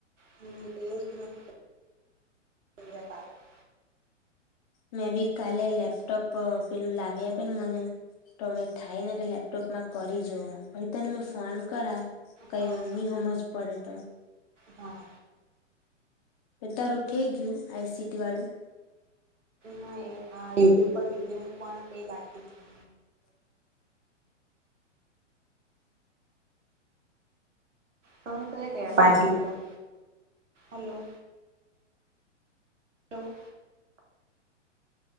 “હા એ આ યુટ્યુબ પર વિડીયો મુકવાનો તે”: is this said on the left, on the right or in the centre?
Right